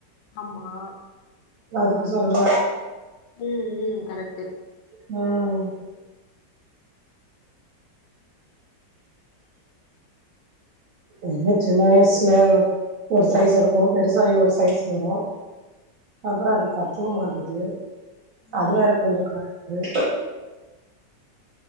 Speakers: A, on the left (about 80°); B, on the right (about 60°).
A: ஆமா
B: அதுக்கு சொல்ற
A: ம் ம் கரக்ட்டு
B: ம் என்ன சின்ன வய்சுல ஒரு சைஸ் இருக்கு பெருசாயி ஒரு சைஸ் வரு அப்றோ அது பத்துவு மாட்டுது அது
A: ம்.
B: வேற கொஞ்சோ <unintelligible>